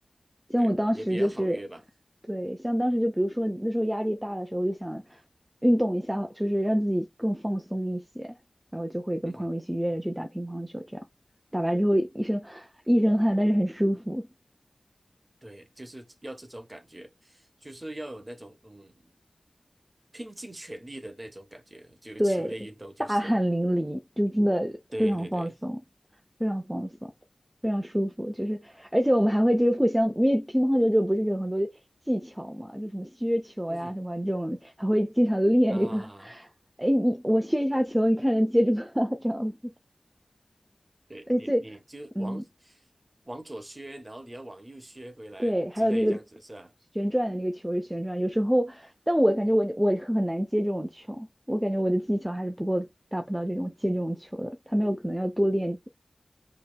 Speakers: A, on the right; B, on the right.
A: 像我当时就是，
B: 对，也比较好约吧。
A: 对，像当时就比如说那时候压力大的时候，就想运动一下，就是让自己更放松一些，然后就会跟朋友一起约着去打乒乓球，
B: 嗯哼，
A: 这样打完之后一身一身汗，但是很舒服。
B: 对，就是要这种感觉，就是要有那种嗯拼尽全力的那种感觉，就球类运动就行。
A: 对，大汗淋漓，就真的非常放松，
B: 对对对，
A: 非常放松，非常舒服。就是，而且我们还会就是互相，因为乒乓球这种不是有很多技巧嘛，就什么削球呀，
B: 嗯哼
A: 什么这种，还会经常练这个。
B: 啊，
A: 哎，你我削一下球，你看能接住吗？<laughs> 这样子。
B: 对你你就往
A: 哎，对，嗯，
B: 往左削，然后你要往右削回来之类这样子是吧？
A: 对，还有那个旋转的那个球是旋转，有时候，但我感觉我我很难接这种球，我感觉我的技巧还是不够达不到这种接这种球的，他们有可能要多练